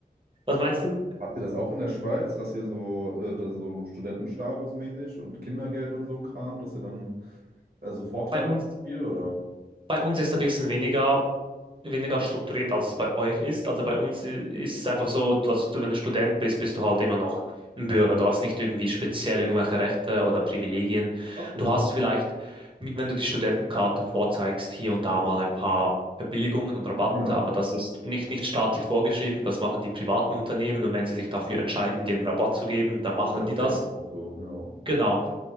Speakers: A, on the right; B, on the right.
A: Was meinst du?
B: Habt ihr das auch in der Schweiz, dass ihr so, äh, dass so Studentenstatus mäßig und Kindergeld und so ein Kram, dass ihr dann also Vorteile
A: Bei uns,
B: habt, viel, oder?
A: bei uns ist ein bisschen weniger. weniger strukturiert, als es bei euch ist. Also bei uns äh, ist es einfach so, dass du, wenn du Student bist, bist du halt immer noch ein Bürger. Du hast nicht irgendwie speziell irgendwelche Rechte oder Privilegien.
B: Okay.
A: Du hast vielleicht, mit- wenn du die Studentenkarte vorzeigst, hier und da mal ein paar Verbilligungen und Rabatte,
B: Ja,
A: aber das ist nicht, nicht staatlich vorgeschrieben. Das machen die privaten Unternehmen und wenn sie sich dafür entscheiden, dir einen Rabatt zu geben, dann machen
B: ja, das
A: die
B: ist
A: das.
B: ja hier auch so, ja.
A: Genau.